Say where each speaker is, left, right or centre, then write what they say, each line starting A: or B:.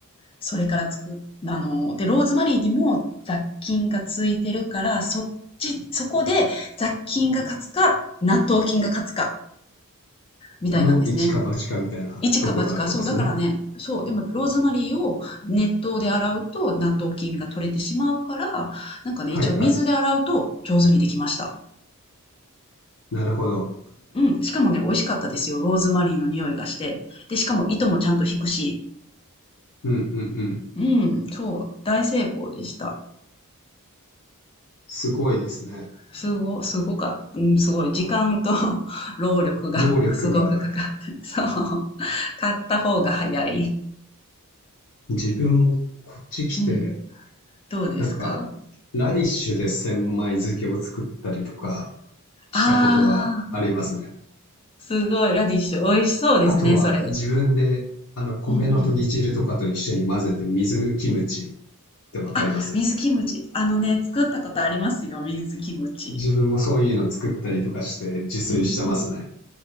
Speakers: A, on the left; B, on the left.
A: それからつく、あの、で、ローズマリーにも雑菌がついてるから、そっち、そこで雑菌が勝つか、納豆菌が勝つか、みたいなんですね。
B: の一か八かみたいなところあるんですね。
A: 一か八か、そう、だからね、そう、でもローズマリーを熱湯で洗うと納豆菌が取れてしまうから、なんかね、
B: はいはい。
A: 一応水で洗うと上手にできました。
B: なるほど。
A: うん、しかもね、美味しかったですよ。ローズマリーの匂いがして。で、しかも糸もちゃんと引くし。
B: うんうんうん。
A: うん、そう、大成功でした。
B: すごいですね。
A: すごすごかうん、すごい。時間と <laughs> 労力が
B: 労力が、
A: <laughs> すごくかかって、<laughs> そう。買った方が早い。
B: 自分もこっち来て、
A: うん。どうですか
B: なんか、ラディッシュで千枚漬けを作ったりとかしたことはありますね。
A: ああー、すごい。ラディッシュ。美味しそうですね、
B: あとは自分で、
A: それ。
B: あの、米のとぎ汁とかと一緒に混ぜて水キムチってわかります
A: うんうん。あ、水キムチ。あのね、作ったことありますよ、水キムチ。
B: 自分もそういうの作ったりとかして自炊してますね。
A: うんうんうん。